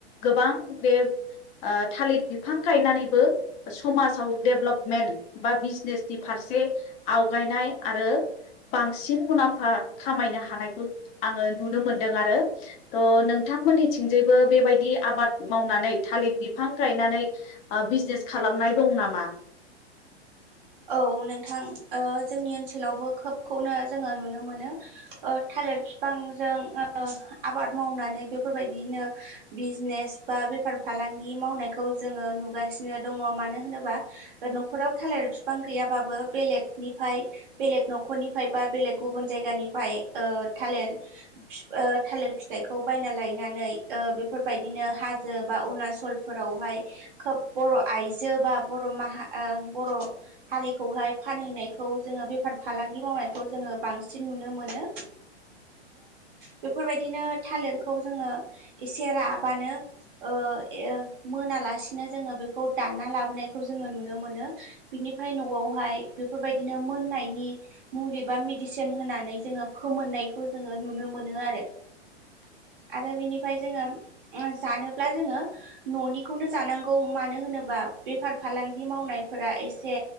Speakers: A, on the left (about 20°); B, on the right (about 50°).
A: गोबां बे ओ थालिर बिफां गनानै बो समाजाव डेभेलपमेन्ट बा बिजनेसनि फारसे आवगायनाय आरो बांसिन मुलाम्फा खामायनो हानायखौ आङो नुनो मोनदों आरो त' नों थांमोननिथिंजायबो बेबायदि आबाद मावनानै थालिर बिफां गायनानै बिजनेस खालामनाय दं नामा
B: औ नोंथां जोंनि ओनसोलावबो खोबखौनो जोङो नुनो मोनो ओ थालिर बिफांजों ओ आबाद मावनानै बेफोरबायदिनो बिजनेस बा बे बेफार फालांगि मावनायखौ जोङो नुगासिनो दङ मानो होनोबा न'खराव थालिर बिफां गैयाबाबो बेलेगनिफ्राय बेलेग न'खरनिफ्राय बा बेलेग गुबुन जायगानिफ्राय ओ थालिर फि ओ थालिर फिथाइखौ बायना लायनानै ओ बेफोरबायदिनो हाजो बा अरुणाचलफोरावहाय खोब बर' आइजो बा बर' माह ओ बर' हारिखौहाय फानहैनायखौ जोङो बेफार फालांगि मावनायखौ जोङो बांसिन नुनो मोनो। बेफोरबायदिनो थालिरखौ जोङो एसे राबानो। ओ मोनालासिनो जोङो बेखौ दानना लाबोनायखौ जोङो नुनो मोनो बिनिफ्राय। <unintelligible> य न'आवहाय बेफोरबायदिनो मोननायनि मुलि बा मेदिसिन होनानै जोङो फोननाय। नाय जोङो नुनो मोनो आरो
A: <inaudible>
B: आरो बिनिफ्राय जोङो जानोब्ला जोङो न'निखौनो जानांगौ मानो होनोब्ला। बेफार फालांगि मावनायफोरा एसे।